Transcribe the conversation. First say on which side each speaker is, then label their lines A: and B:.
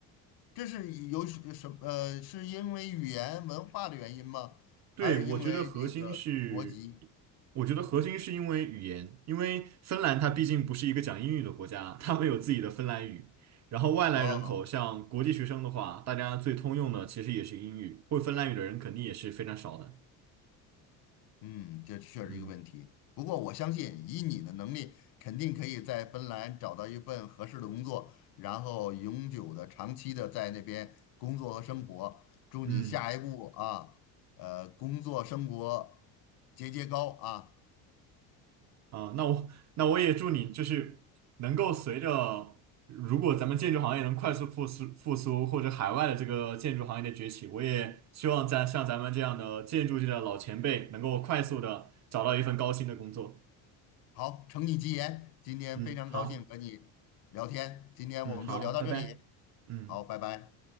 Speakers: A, on the left; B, on the right.
A: 这是有什什呃，是因为语言文化的原因吗？还是因为这个国籍？
B: 对，我觉得核心是，我觉得核心是因为语言，因为芬兰它毕竟不是一个讲英语的国家，他们有自己的芬兰语。然后外来人口，
A: 哦，
B: 像国际学生的话，大家最通用的其实也是英语，会芬兰语的人肯定也是非常少的。
A: 嗯，这确实一个问题。
B: 嗯。
A: 不过我相信，以你的能力，肯定可以在芬兰找到一份合适的工作，然后永久的、长期的在那边工作和生活。祝你下一步啊，
B: 嗯。
A: 呃，工作生活节节高啊！
B: 啊，那我那我也祝你就是能够随着，如果咱们建筑行业能快速复苏复苏，或者海外的这个建筑行业的崛起，我也希望咱像咱们这样的建筑界的老前辈，能够快速的找到一份高薪的工作。
A: 好，承你吉言，今天非常高兴和你聊天，
B: 嗯，好，
A: 今天我们就聊到这里，
B: 嗯，好，拜拜，嗯。
A: 好，拜拜。